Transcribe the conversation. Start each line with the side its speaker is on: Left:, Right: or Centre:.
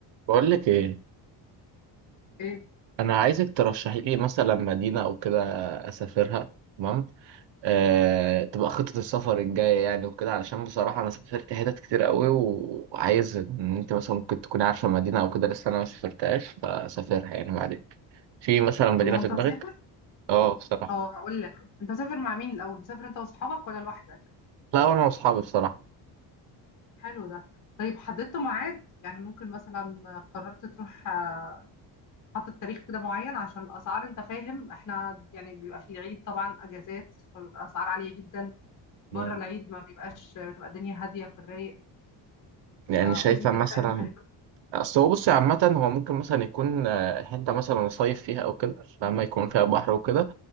Right: بقول لك ايه
Left: ايه
Right: انا عايزك ترشحي لي مثلا مدينه او كده اسافرها تمام آه، تبقى خطه السفر الجايه يعني وكده علشان بصراحه انا سافرت حتت كتير قوي و- وعايز ان انت مثلا ممكن تكوني عارفه مدينه او كده لسه انا ما سافرتهاش فسافرها يعني معلك في مثلا مدينه
Left: الله انت
Right: في دماغك
Left: مسافر
Right: اه بصراحه
Left: اه هقول لك انت مسافر مع مين الاول مسافر انت واصحابك ولا لوحدك
Right: لا وانا واصحابي بصراحه
Left: حلو ده طيب حددتوا ميعاد يعني ممكن مثلا قررت تروح آه، حاطط تاريخ كده معين عشان الاسعار انت فاهم احنا يعني بيبقى في العيد طبعا اجازات فالاسعار عالية جدا بره
Right: مم.
Left: العيد ما بيبقاش بتبقى الدنيا هادية في الرايق
Right: يعني
Left: فقول
Right: شايفه
Left: لي كده
Right: مثلا
Left: تقريبا
Right: اصل هو بصي عامه هو ممكن مثلا يكون آه، حته مثلا صيف فيها او كده فاما يكون فيها بحر وكده